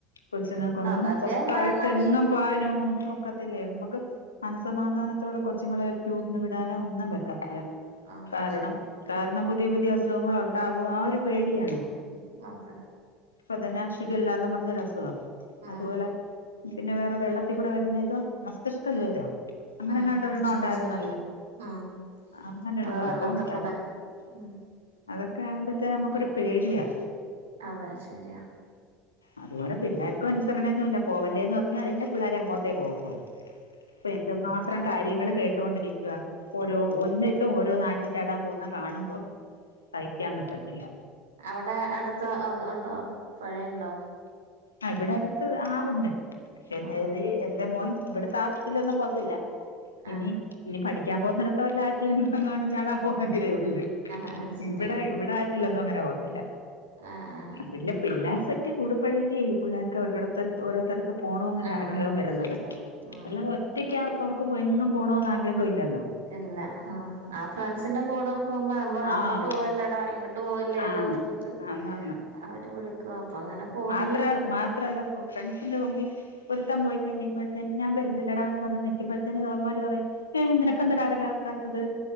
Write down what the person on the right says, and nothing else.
അതൊക്കെന്ന്
പറഞ്ഞാല്
ആഹ്
ശരിയാ
ഉം അതെ
ഉം
ഉം മസ്തിഷ്കജ്വരം
ഉം
അത്
വെള്ളത്തി
കൂടെ ഉം
അതെ ശരിയാ
അവിടെ അടുത്ത ഉണ്ടോ പുഴയുണ്ടോ?
ഓ
ആഹ്
ആഹ് ശരിയാ
ആഹ് ആഹ്
ആഹ്
ശരിയാണ് ഉം
എല്ല ഹാ ആഹ് ഫ്രാൻസിന്റെ കൂടവും പോകുമ്പോ നമ്മ
അങ്ങോട്ട് പോവല്ലടാ ഇങ്ങോട്ട് പോവല്ലേന്ന്
പറഞ്ഞിട്ട്
അവര് വിളിക്കും അപ്പോ അങ്ങനെ പോവും
ചെയ്യും
ഉം